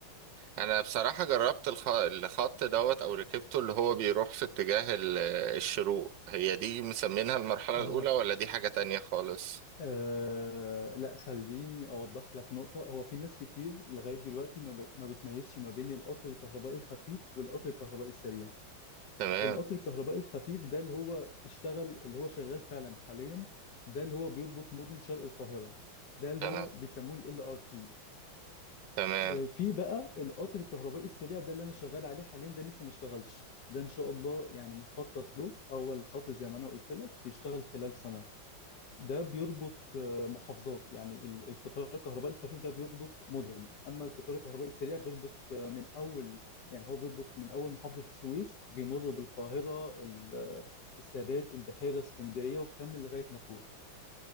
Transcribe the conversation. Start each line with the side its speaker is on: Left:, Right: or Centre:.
Right: انا بصراحة جربت الخ- الخط دوت او ركبته اللي هو بيروح في اتجاه ال- الشروق هي دي مسمينها المرحلة
Left: اه
Right: الاولى ولا دي حاجة تانية خالص
Left: آه، لا خليني اوضح لك نقطة هو في ناس كتير لغاية دلوقتي ما ب- ما بتميزش ما بين القطر الكهربائي الخفيف والقطر الكهربائي السريع
Right: تمام
Left: القطر الكهربائي الخفيف ده اللي هو اشتغل اللي هو شغال فعلا حاليا ده اللي هو بيربط مدن شرق القاهرة ده اللي
Right: تمام
Left: هو بيسموه ال LRT
Right: تمام
Left: آه، في بقى القطر الكهربائي السريع ده اللي انا شغال عليه حاليا ده لسه ما اشتغلش ده ان شاء الله يعني مخطط له اول خط زي ما انا قلت لك يشتغل خلال سنة ده بيربط آه، محافظات يعني ال- القطار الكهربائي الخفيف ده بيربط مدن اما القطار الكهربائي السريع بيربط آه، من اول يعني هو بيربط من اول محافظة السويس بيمر بالقاهرة ال- آه، السادات البحيرة اسكندرية وبكمل لغاية مطروح